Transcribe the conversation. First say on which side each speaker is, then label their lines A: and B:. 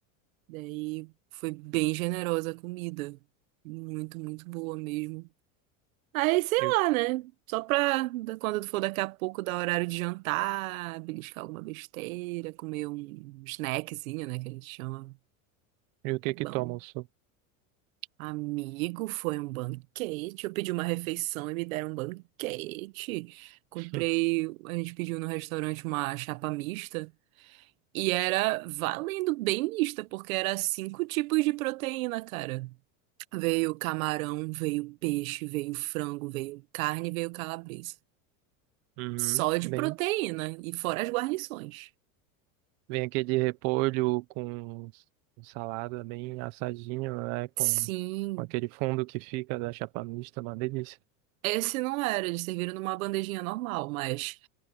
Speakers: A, on the right; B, on the right.
A: Daí foi bem generosa a comida. Muito, muito boa mesmo. Aí, sei
B: E, o
A: lá, né? Só pra da- quando for daqui a pouco dar horário de jantar, beliscar alguma besteira, comer um snackzinho, né? Que a gente chama.
B: e o que
A: É
B: que
A: bom.
B: toma o seu?
A: Amigo, foi um banquete. Eu pedi uma refeição e me deram um banquete. Comprei,
B: <laughs>
A: a gente pediu no restaurante uma chapa mista. E era valendo bem mista, porque era cinco tipos de proteína, cara. Veio camarão, veio peixe, veio frango, veio carne, veio calabresa.
B: Uhum.
A: Só de
B: Bem,
A: proteína e fora as guarnições.
B: vem aqui de repolho com, com salada bem assadinho, né? Com,
A: Sim.
B: com aquele fundo que fica da chapa mista, uma delícia.
A: Esse não era, eles serviram numa bandejinha normal, mas